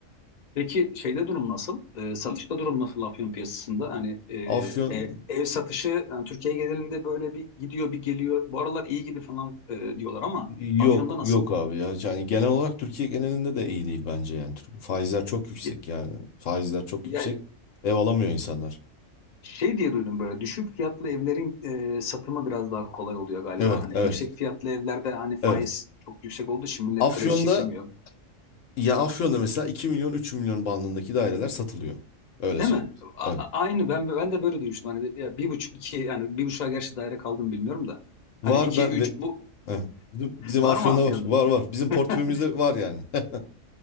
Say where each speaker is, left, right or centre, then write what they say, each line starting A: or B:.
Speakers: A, on the left (about 40°); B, on the left (about 70°).
A: Peki şeyde durum nasıl? Ee, satışta durum nasıl Afyon piyasasında? Hani e,
B: Afyon
A: ev, ev satışı yani Türkiye genelinde böyle bir gidiyor bir geliyor. Bu aralar iyi gibi falan e, diyorlar ama
B: Yok
A: Afyon'da nasıl?
B: yok abi ya yani genel olarak Türkiye genelinde de iyi değil bence yani Türk- faizler çok yüksek
A: Ya,
B: yani faizler çok
A: ya
B: yüksek ev alamıyor insanlar.
A: şey diye duydum böyle düşük fiyatlı evlerin e, satımı biraz daha kolay oluyor galiba.
B: Evet
A: Hani
B: evet
A: yüksek fiyatlı evlerde hani faiz
B: evet.
A: çok yüksek olduğu için millet
B: Afyon'da
A: kredi çekemiyor.
B: ya Afyon'da mesela 2 milyon 3 milyon bandındaki daireler satılıyor öyle
A: Değil
B: söyleyeyim.
A: mi? A-
B: Evet
A: a- aynı ben ben de böyle duymuştum. Hani bir, ya bir buçuk iki yani bir buçuğa gerçi daire kaldım bilmiyorum da. Hani
B: var
A: iki
B: ben,
A: üç
B: ben-
A: bu
B: evet. Bizim, bizim
A: var
B: Afyon'da
A: mı Afyon'da?
B: var var var bizim
A: <laughs>
B: portföyümüzde var yani. <laughs>